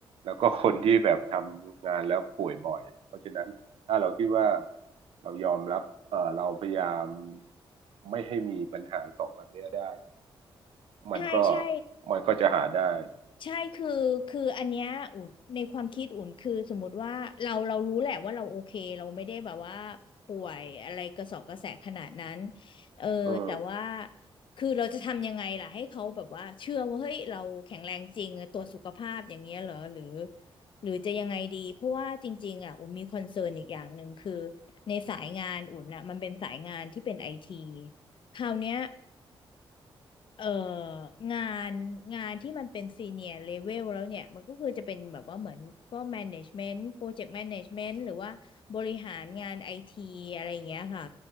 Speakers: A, on the right (about 80°); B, on the left (about 60°).
A: แล้วก็คนที่แบบทำงานแล้วป่วยบ่อยเพราะฉะนั้นถ้าเราคิดว่าเรายอมรับเอ่อเราพยายามไม่ให้มีปัญหาสองอันเนี้ยได้มันก็
B: ใช่ใช่
A: มันก็จะหาได้
B: ใช่คือคืออันเนี้ยอุ่นในความคิดอุ่นคือสมมติว่าเราเรารู้แหละว่าเราโอเคเราไม่ได้แบบว่าป่วยอะไรกระสอบกระแสขนาดนั้นเออแต่ว่า
A: อืม
B: คือเราจะทำยังไงล่ะให้เขาแบบว่าเชื่อว่าเฮ้ยเราแข็งแรงจริงตรวจสุขภาพอย่างเงี้ยเหรอหรือหรือจะยังไงดีเพราะว่าจริงๆอ่ะอุ่นมีคอนเซิร์นอีกอย่างหนึ่งคือในสายงานอุ่นอ่ะมันเป็นสายงานที่เป็นไอทีคราวเนี้ย เอ่องานงานที่มันเป็นซีเนียร์เลเวลแล้วเนี่ยมันก็คือจะเป็นแบบว่าเหมือนก็แมネจเมนต์โปรเจกต์แมเนจเมนต์หรือว่าบริหารงานไอทีอะไรอย่างเงี้ยค่ะ